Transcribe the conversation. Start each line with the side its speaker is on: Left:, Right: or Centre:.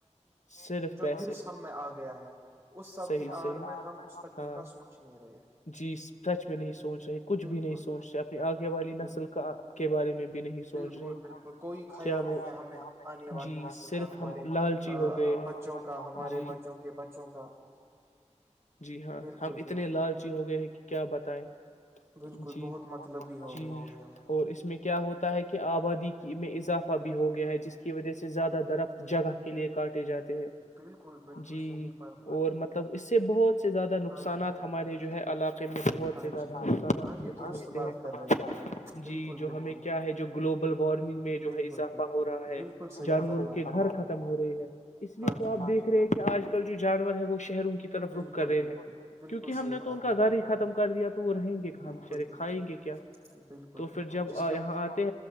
Left: صرف پ
Right: سب میں آ گیا ہے اس سب
Left: صحیح
Right: کی آڑ
Left: صحیح
Right: میں ہم مستقبل
Left: ہاں
Right: کا سوچ ہی نہیں رہے ہیں
Left: جی سچ میں نہیں سوچ رہے کچھ
Right: بالکل
Left: بھی نہیں سوچ
Right: بالکل
Left: رہے اپنی آگے والی
Right: بالکل
Left: نسل کا کے بارے میں بھی نہیں سوچ
Right: بالکل
Left: رہے
Right: بالکل کوئی خیال
Left: کیا وہ
Right: نہیں ہے ہمیں آنے والی
Left: جی
Right: نسل
Left: صرف
Right: کا ہمارے
Left: ہم لالچی
Right: آ
Left: ہو گئے ہیں
Right: بچوں کا ہمارے
Left: جی
Right: بچوں کے بچوں کا
Left: ج ہاں
Right: بالکل
Left: ہم اتنے
Right: بالکل
Left: لالچی ہو گئے ہیں کہ کیا بتائ
Right: بالکل
Left: جی
Right: بہت مطلبی ہو
Left: جی
Right: گئے ہیں ہم
Left: اور اس میں کیا ہوتا ہے کہ آبادی میں اضافہ بھی ہو گیا ہے جس کی وجہ سے زیادہ درخت جگہ کے لئے کاٹے جاتے
Right: بالکل بالکل
Left: جی
Right: صحیح فرما رہے
Left: اور
Right: ہیں
Left: مطلب اس سے <unintelligible> س سے زیادہ نقصانات
Right: ہاں جی ہاں
Left: ہمارے
Right: جی ہاں
Left: جو
Right: جی
Left: ہے علاقے میں بہت
Right: ہاں
Left: سے زیادہ
Right: جی
Left: نقصانات
Right: ہاں
Left: ہمیں
Right: جی
Left: پہنچتے
Right: درست بات
Left: ہیں
Right: کر رہے آپ بالکل
Left: جی جو
Right: بالکل
Left: ہمیں کیا ہے جو گلوبل وارمنگ میں
Right: بالکل
Left: جو ہے اضافہ
Right: بالکل
Left: ہو رہا ہے
Right: بالکل صحیح
Left: جانوروں
Right: فرما
Left: کے
Right: رہے
Left: گھر
Right: ہیں آپ
Left: ختم ہو رہے ہیں اس لیے
Right: ہاں
Left: تو
Right: جی
Left: آپ
Right: ہاں
Left: دیکھ
Right: جی
Left: رہے ہیں کہ آج جو جانور ہے وہ شہروں کی طرف
Right: بالکل
Left: رک کرے
Right: بالکل
Left: ہیں
Right: بالکل
Left: کیونکہ ہم
Right: صحیح
Left: نے تو
Right: فرما
Left: ان کا گھر
Right: رہے
Left: ہی
Right: ہیں
Left: ختم
Right: آپ
Left: کر دیا تو وہ رہیں گے کہ
Right: بالکل
Left: بچارے
Right: بالکل
Left: کھائیں گے
Right: بالکل
Left: کیا
Right: بالکل
Left: تو پھر
Right: بالکل
Left: جب
Right: جس کے
Left: یہاں آتے